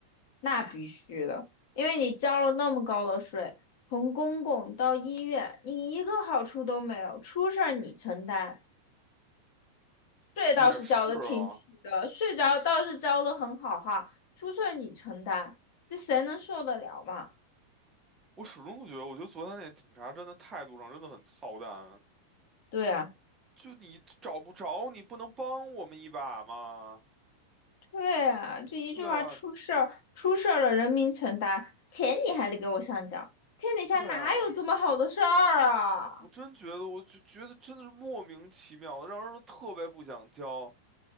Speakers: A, on the left; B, on the right.
A: 那必须的，因为你交了那么高的税，从公共到医院，你一个好处都没有，出事儿你承担，税倒是交的挺齐的，
B: 也是啊，
A: 税着倒是交的很好哈，出事儿你承担，这谁能受得了嘛？
B: 我始终都觉得，我觉得昨天那警察真的态度上真的很操蛋。
A: 对啊。
B: 就你找不着，你不能帮我们一把吗？
A: 对啊，就一句话出事儿，
B: 对啊，
A: 出事儿了人民承担，钱你还得给我上缴，天底下哪有这么好的事儿啊？
B: 对啊，我真觉得，我就觉得真的是莫名其妙的，让人特别不想交。